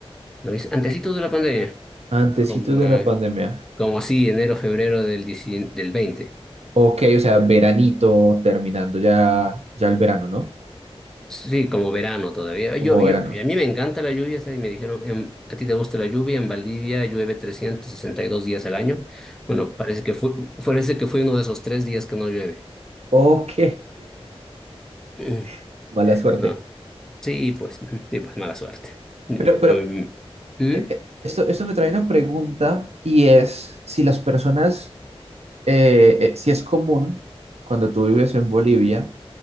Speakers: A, in the centre; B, on the right (about 85°).
A: ¿Lo ves? Antecitos de la pandemia,
B: Antecitos
A: como,
B: de
A: eh,
B: la pandemia.
A: como así, enero, febrero del, 19 del veinte
B: Ok, o sea, veranito, terminando ya, ya el verano, ¿no?
A: Sí, como verano todavía.
B: Como
A: Yo, yo,
B: verano.
A: a mí me encanta la lluvia, ¿sabes? Y me dijeron, em, ¿a ti te gusta la lluvia? En Valdivia llueve 362 días al año. Bueno, parece que fue, parece que fue uno de esos tres días que no llueve.
B: Ok.
A: Mm,
B: <laughs> Mala suerte.
A: No, sí, pues, mm, sí, pues mala suerte. Mm,
B: Pero, pero,
A: a mí- mm,
B: eh, eh, esto, esto me trae una pregunta y es si las personas eh, eh, si es común cuando tú vives en Bolivia,